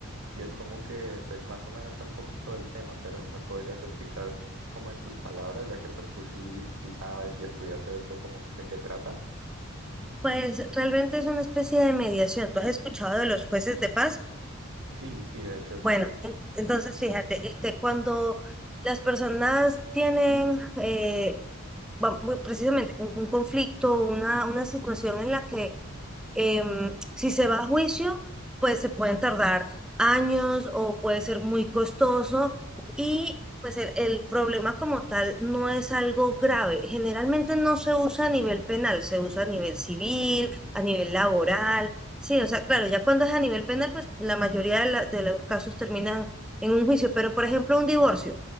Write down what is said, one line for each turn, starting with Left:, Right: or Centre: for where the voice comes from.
Right: Y es como que pues más o menos sé un poquito del tema, pero ¿me podrías explicar como en tus palabras, ya que pues tú sí, sí sabes y estudias eso, como de qué trata?
Centre: Pues realmente es una especie de mediación. ¿Tú has escuchado de los jueces de paz?
Right: Sí, sí, de hecho sí.
Centre: Bueno,
Right: Es...
Centre: en- entonces fíjate, este, cuando las personas tienen eh, va- muy precisamente un, un conflicto, una, una situación en la que em, si se va a juicio, pues se pueden tardar años o puede ser muy costoso y pues el, el problema como tal no es algo grave. Generalmente no se usa a nivel penal, se usa a nivel civil, a nivel laboral. Sí, o sea, claro, ya cuando es a nivel penal, pues la mayoría de, la- de los casos terminan en un juicio, pero por ejemplo un divorcio.